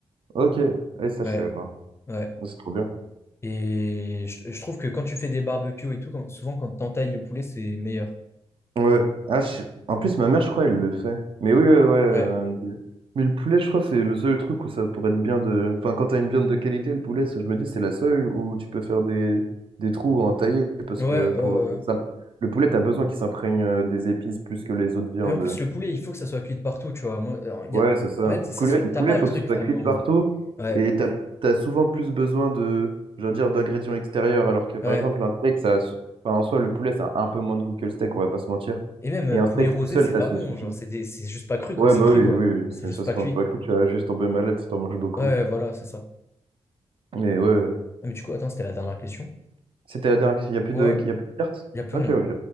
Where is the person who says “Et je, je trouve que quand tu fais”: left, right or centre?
Left